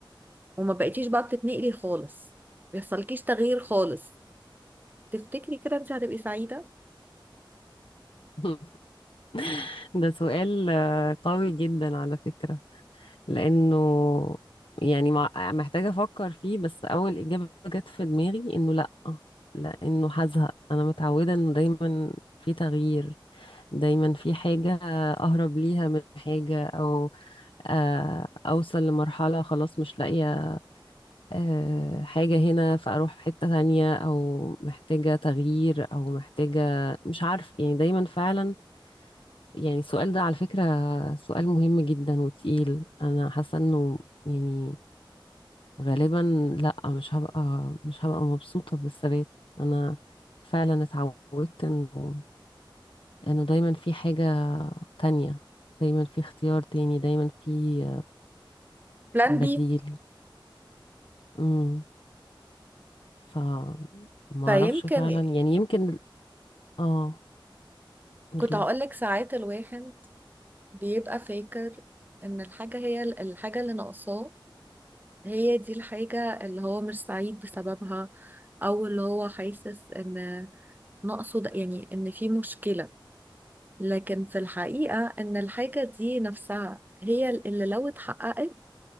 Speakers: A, on the right (about 20°); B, on the left (about 80°).
A: وما بقيتيش بقى بتتنقلي خالص بيحصلكيش تغيير خالص تفتكري كده انت هتبقي سعيدة
B: <laughs> ده سؤال آه، قوي جدا على فكرة لانه يعني مع- محتاجة افكر فيه بس اول اجابة جت في دماغي انه لا لانه هزهق انا متعودة انه دايما في تغيير دايما في حاجة اهرب ليها من حاجة او آه، اوصل لمرحلة خلاص مش لاقية آه، حاجة هنا فاروح في حتة تانية او محتاجة تغيير او محتاجة مش عارف يعني دايما فعلا يعني السؤال ده على فكرة سؤال مهم جدا وتقيل انا حاسة انه يعني غالبا لا مش هبقى مش هبقى مبسوطة بالثبات انا فعلا اتعودت انه انه دايما في حاجة تانية دايما في اختيار تاني دايما في
A: بلان
B: بديل
A: بي
B: امم ف ما
A: فيمكن
B: اعرفش فعلا يعني يمكن اه قوليلي
A: كنت هقولك ساعات الواحد بيبقى فاكر ان الحاجة هي الحاجة اللي ناقصاه هي دي الحاجة اللي هو مش سعيد بسببها او اللي هو حاسس ان ناقصه ده يعني ان في مشكلة لكن في الحقيقة ان الحاجة دي نفسها هي اللي لو اتحققت